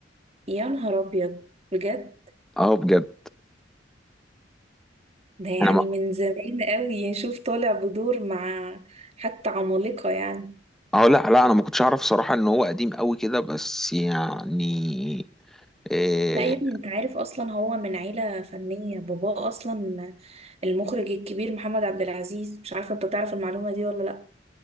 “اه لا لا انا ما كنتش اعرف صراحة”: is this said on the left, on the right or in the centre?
Centre